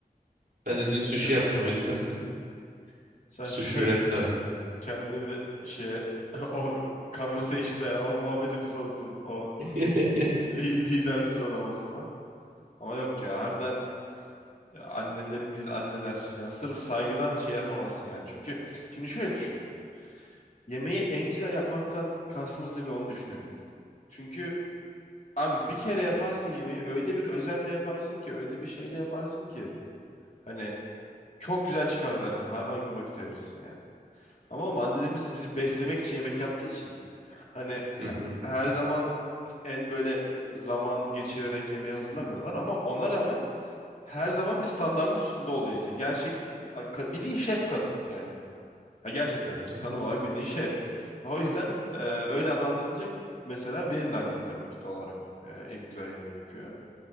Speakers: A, on the right (about 85°); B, on the left (about 55°).
A: Ben de dün sushi
B: Ellerine
A: yaptım
B: sağlık.
A: o yüzden <laughs>
B: Sen şöyle
A: sushi wraplerden.
B: <laughs> kendini bir şeye <laughs> o conversation'a o muhabbeti bir soktun. O
A: <laughs>
B: li- lider sıralamasına. Ama yok ya. Harbiden Ya Annelerimiz, anneler. Yani sırf saygıdan şey yapamazsın yani. Çünkü şimdi şöyle düşün. Yemeği en güzel yapmaktan kastımız ne bir onu düşünelim. Çünkü abi bir kere yaparsın yemeği öyle bir özenle yaparsın ki öyle bir şeyle yaparsın ki hani çok güzel çıkar zaten hayvan gibi vakit ayırırsın yani. Ama oğlum annelerimiz bizi beslemek için yemek yaptığı için hani he-
A: Hı hı.
B: her zaman en böyle e, zaman geçirerek yemeği hazırlamıyorlar ama ona rağmen her zaman bir standardın üstünde oluyor işte. Gerçek e, a- bildiğin şef kadın yani. Ha gerçekten
A: e, Tabii.
B: tanım olarak bildiğin şef. O yüzden e, öyle adlandırılınca mesela benim de annem tabii ki doğal olarak e, en güzel yemeği yapıyor.